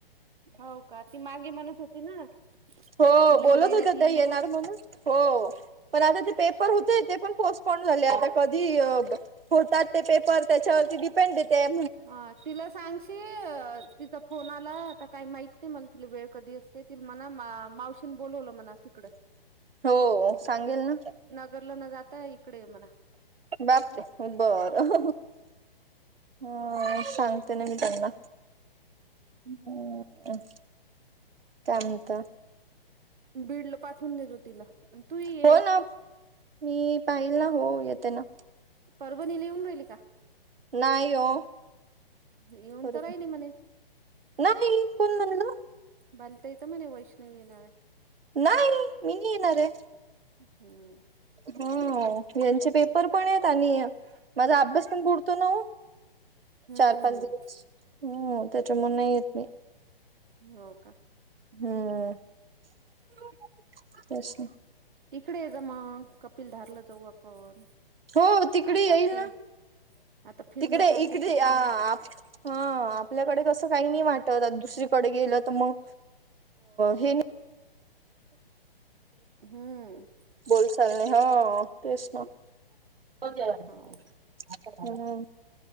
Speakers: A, on the right; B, on the right.
A: हो का ती मागे म्हणस होती ना
B: हो
A: जुलै
B: बोलत
A: महिन्या
B: होत्या
A: तीन
B: त्या येणार
A: म्हणून.
B: हो पण आता ते पेपर होते ते पण पोस्टपोन झाले आता कधी. होतात ते पेपर त्याच्यावरती डिपेंडेत है.
A: ह तिला सांगश तिचा फोन आला आता काही माहित नाही मला तिला वेळ कधी असते त. मला मा मावशी बोलवलं मला तिकडं.
B: हो सांगेल ना.
A: ना जातय इकडे मला.
B: बापर बरं. ह सांगते ना मी त्यांना. ह कामत.
A: बीड ला पाचवून देतो तिला. तू ये
B: हो ना मी पाहिल ना हो येते ना.
A: परभणीला येऊन राहिली का.
B: नाहीयो.
A: येऊन
B: ब
A: तर राहिली म्हणे
B: नाही कोण म्हणण.
A: बलता येत म्हणे वैष्णव येणार.
B: नाही मीनी येणार आहे.
A: हम्म
B: हम यांचे पेपर पण आहेत आणि माझा अभ्यास पण पुरतो न.
A: हम्म
B: चार
A: हम्म
B: पाच दिवस हम् त्याच्यामु नाही येत मी.
A: हो का.
B: हम्मस.
A: इकडे आहे जा मग कपिलधारला जाऊ आपण.
B: हो तिकडे
A: आता
B: येईल
A: फिर
B: ना
A: आता फिरण्यासारखे
B: तिकडे इकडे
A: ठिकाण
B: अ
A: आहे
B: हा आपल्याकडे कसं काही नाही वाटत दुसरीकडे गेलं तर मग हे.
A: हम्म.
B: बोल चालणे हा तेच ना. हम्
A: हो